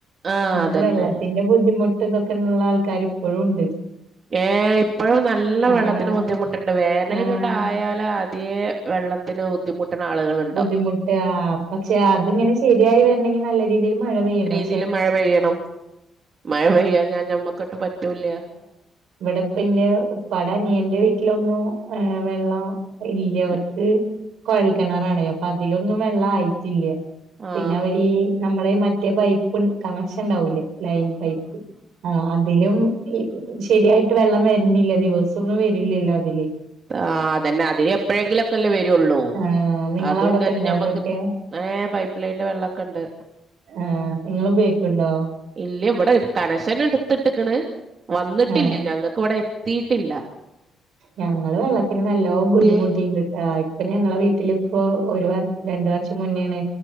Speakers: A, on the right (about 45°); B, on the right (about 75°).
A: ആഹ്
B: നമുക്ക്
A: അതന്നെ
B: വെള്ളത്തിന്റെ ബുദ്ധിമു ട്ട് തൊക്കെള്ള ആൾക്കാർ പ്പഴുംണ്ട്
A: ഏ ഇപ്പഴും നല്ല
B: ആഹ്
A: വെള്ളത്തിന് ബുദ്ധിമുട്ട്ണ്ട് വേനല്ങ്ങട്ട്
B: ആഹ്
A: ആയാലാ പുതിയേ വെള്ളത്തിന് ബുദ്ധിമു <unintelligible> ളുകള്
B: ബുദ്ധിമുട്ട് ആ പക്ഷെ അതിങ്ങനെ ശരിയായി വരണങ്കി നല്ല രീതിയിൽ മഴ പെയ്യണ്ടെ?
A: ഇതില് മഴ പെയ്യണം മഴ പെയ്യാൻ ഞാൻ നമ്മക്കട്ട് പറ്റൂല്ല്യ.
B: ഇവിടെപ്പ ന്റെ ഉപ്പാടയനിയന്റെ വീട്ടിലൊന്നും ഏ വെള്ളം ഇല്ല അവർക്ക്
A: ഇപ്-
B: കൊഴൽക്കിണറാണയ് അപ്പൊ അതിലൊന്നും വെള്ളായിട്ടില്ല.
A: ആ
B: പിന്നെ അവര് നമ്മടെ മറ്റേ പൈപ്പ് കണക്ഷൻ ണ്ടാവുലേ? ലൈൻ പൈപ്പ് ആ അതിലും ശരിയായിട്ട് വെള്ളം വര്ന്നില്ല ദിവസൊന്നും വരില്ലല്ലോ അതില്
A: ആ അതന്നെ അതിലെപ്പൊഴെങ്കിലക്കൊല്ലെ വരൊള്ളൂ
B: ആ നിങ്ങളവിടൊക്കെ
A: അതും തന്നെ
B: ഉണ്ടോ
A: ഞമ്മക്ക്
B: അതൊക്കെ
A: ഏ പൈപ്പ് ലൈൻന്റെ വെള്ളക്കണ്ട്
B: ആ നിങ്ങള് ഉപോയികിക്ക്ണ്ടോ
A: ഇല്ല വ്ടെ ട് കണശന് ട്ത്തിട്ട് ക്ണ് വന്നിട്ടില്ല
B: ആ
A: ഞങ്ങക്ക് വ്ടെ തീട്ടില്ല.
B: ഞങ്ങള് വെള്ളത്തിന് നല്ലോ ബുദ്ധിമുട്ടിണ്ട്ട്ടാ
A: ദേ,
B: ഇപ്പൊ ഞങ്ങളെ വീട്ടിലിപ്പോ ഒരു വർ രണ്ടു വർഷം മുന്നേണ്